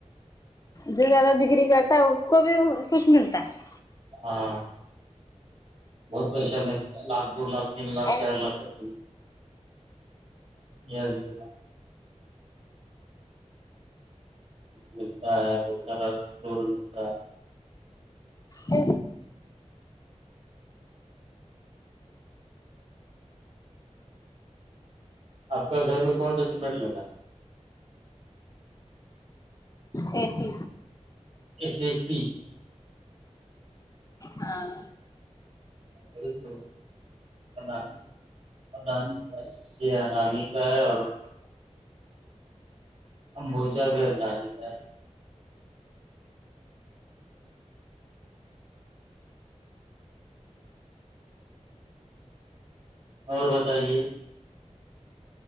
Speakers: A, on the left; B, on the right.
A: جو زیادہ بکری کرتا ہے اس کو بھی کچھ ملتا ہے
B: ہاں بہت پیسہ ملتا ہے لاکھ دو لاکھ تین لاکھ
A: ہاں
B: چار لاکھ <inaudible> <inaudible> ملتا ہے بہت سارا فور <inaudible> ملتا ہے
A: ہ
B: آپ کا گھر میں کون سا سیمنٹ لگا
A: اے سی
B: اے سی اے سی
A: ہاں
B: <inaudible> اڈانی اڈانی کا اڈانی کا ہے اور امبوجہ بھی اڈانی کا ہے اور بتائیے